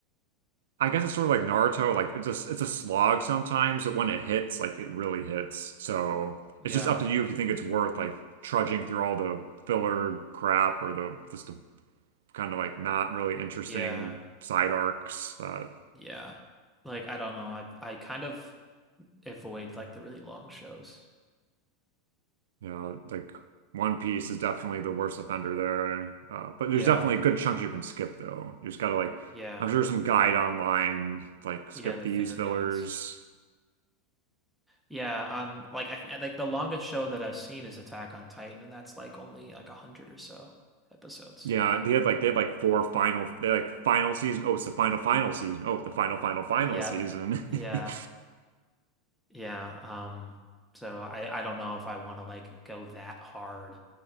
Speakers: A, on the right; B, in the centre.
A: I guess it's sort of like Naruto, like it's a it's a slog sometimes, but when it hits, like it really hits. So
B: Yeah.
A: it's just up to you if you think it's worth like trudging through all the filler crap or the just the kind of like not really interesting
B: Yeah.
A: side arcs that
B: Yeah. Like I don't know. I I kind of avoid like the really long shows.
A: you know like One Piece is definitely the worst offender there. Uh, but
B: Yeah.
A: there's definitely good chunks you can skip though. You just gotta like
B: Yeah.
A: I'm sure there's some guide online like skip
B: Yeah, the
A: these
B: filler
A: fillers.
B: guides. Yeah, um, like I th like the longest show that I've seen is Attack on Titan, and that's like only like a hundred or so episodes.
A: Yeah, they had like they had like four final they had like final season. Oh, it's the final final season. Oh, the final final final
B: Yeah,
A: season. <laughs>
B: yeah, yeah. Um, so I I don't know if I want to like go that hard